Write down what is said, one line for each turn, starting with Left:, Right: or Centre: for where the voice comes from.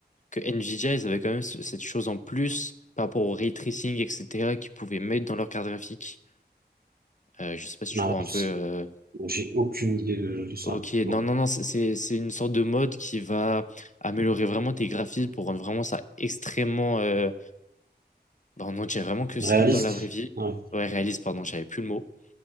Left: que Nvidia, ils avaient quand même ce- cette chose en plus par rapport au ray tracing, etc., qu'ils pouvaient mettre dans leur carte graphique. Euh, je sais pas si tu
Right: Non,
Left: vois un peu.
Right: c'est-
Left: euh,
Right: j'ai aucune idée de, de ça.
Left: Ok,
Right: Bon,
Left: non, non, non, c'est c'est- c'est une sorte de mode qui va améliorer vraiment tes graphismes pour rendre vraiment ça extrêmement. euh, bah, on en dirait vraiment que c'est
Right: réaliste.
Left: comme dans la vraie vie.
Right: Ouais.
Left: Ouais, réaliste, pardon, j'avais plus le mot.